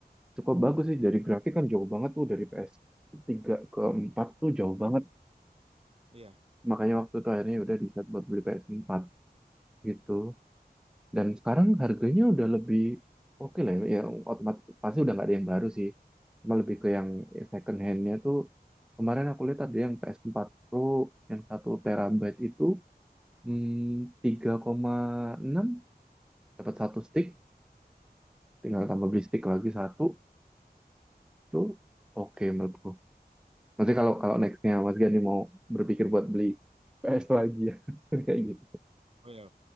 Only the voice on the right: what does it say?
iya.
Oh iya.